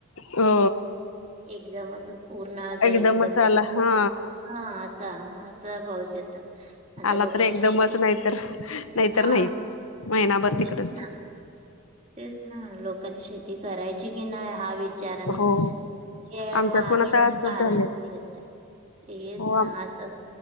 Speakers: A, on the left (about 75°); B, on the right (about 30°).
A: हो
B: एकदमच पूर्ण असा
A: एकदमच
B: एकदम
A: आला हा
B: हा असा अस च पाऊस येत आता
A: आला
B: लोकांनी
A: तर एकदमच
B: शेती
A: नाहीतर नाहीतर
B: हा.
A: नाहीच महिनाभर तिकडच.
B: तेच ना तेच ना लोकांनी शेती करायची कि नाही हा विचार आणि
A: हो
B: हे
A: आमच्यात
B: महागाईच
A: पण आता असंच
B: कारणच
A: झालंय
B: येत तेच
A: हो
B: ना असं